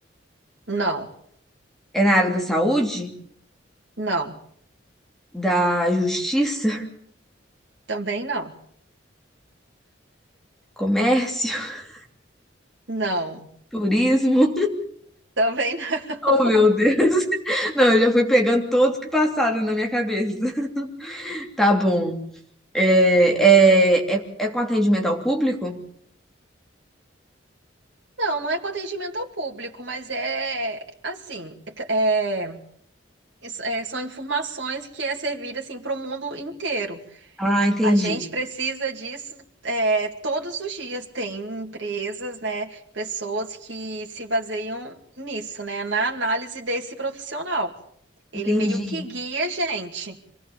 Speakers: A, on the right; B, in the centre.
A: Não,
B: é na área da saúde,
A: não,
B: da justiça,
A: também não.
B: comércio, <laughs>
A: Não,
B: turismo.
A: também não.
B: Oh, meu
A: <laughs>
B: Deus. <laughs> Não, eu já fui pegando todos que passaram na minha cabeça. <laughs> Tá bom. É, é, é, é com atendimento ao público?
A: Não, não é com atendimento ao público, mas é assim, é- é- são informações que é servida assim para o mundo inteiro.
B: Ah, entendi.
A: A gente precisa disso é, todos os dias. Tem empresas, né, pessoas que se baseiam nisso, né, na análise desse profissional. Ele
B: Entendi,
A: meio que guia a gente,